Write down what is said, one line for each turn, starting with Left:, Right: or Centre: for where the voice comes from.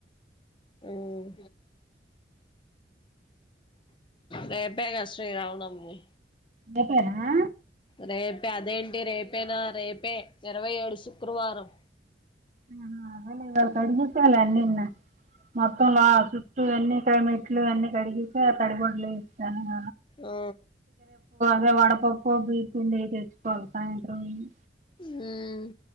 Left: ఊమ్ రేపే గా శ్రీరామ నవమి
Right: రేపేనా
Left: రేపే అదేంటి రేపేనా రేపే ఇరవై ఏడు శుక్రవారం
Right: ఆ అదేలే ఇవాళ కడిగిస్తాలే అన్నీ ఇన్నో మొత్తం లో ఆ చుట్టూ అన్ని క మెట్లు అన్ని కడిగి తడిగుడ్డలు ఏ సేసాన
Left: ఆ
Right: గ వడపప్పు బెయ్యప్ప్ పిండి తెచ్చుకోవాల సాయంత్రం ఎల్లి
Left: ఊమ్